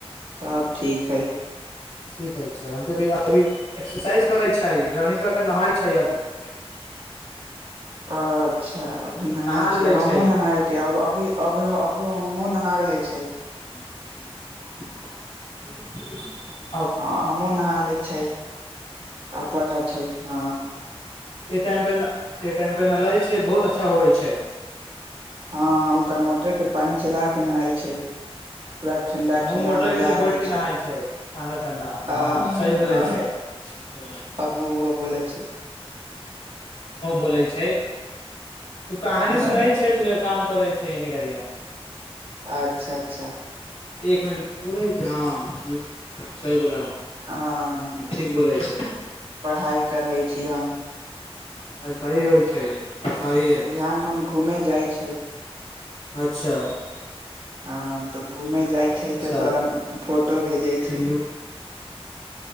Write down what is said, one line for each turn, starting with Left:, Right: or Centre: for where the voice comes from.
Right: सब ठीक हइ। <unintelligible>
Left: ठीक है छै हम तऽ अभी एक्सरसाइज करैत छै रनिंग क के नहाइत छै अभी। <unintelligible>
Right: हँ अच्छा। अच् अभी नहााय
Left: नहा
Right: छै
Left: लेले
Right: हमहुँ नहाायके
Left: आब
Right: अभी -अभो हमोँ नहा ले छै।
Left: ह। <unintelligible>
Right: हँ हमूँ नहा ले छै। <unintelligible> आ पढ़ै छै हँ। <unintelligible>
Left: एहि टाइम पे- ए टाइम पे ने लै छै बहुत अच्छा होवे छै।
Right: हँ हम तऽ मोटर के पानि चला के नहल छै। <unintelligible>
Left: हम
Right: ठंडा
Left: मोटर
Right: मजा
Left: के नीचे
Right: आ
Left: बैठ
Right: गेले
Left: के नहााय छै ठंडा -ठंडा ह
Right: आ
Left: सही बोले छैह हम
Right: हमु उहो बोले छै
Left: बोलै छै। छै। <unintelligible> तू कहानी
Right: हँ
Left: सुनै छै त काम। <unintelligible> छैने करियाम। <unintelligible>
Right: अच्छा -अच्छा। <unintelligible>
Left: एक मिनट बोलै छै हँ सही बोला। <unintelligible>
Right: हँ <unintelligible>
Left: ठीक बोलै छै
Right: पढ़ाइ करै छी हम।
Left: आ सही होइ छै। <unintelligible> है
Right: बिहान हम घूमे जाइ छै। <unintelligible>
Left: अच्छा। <unintelligible>
Right: आ। तऽ घूमे जाइ छै,
Left: अच्छा
Right: तऽ तोरा फोटो भेजे छै।
Left: ह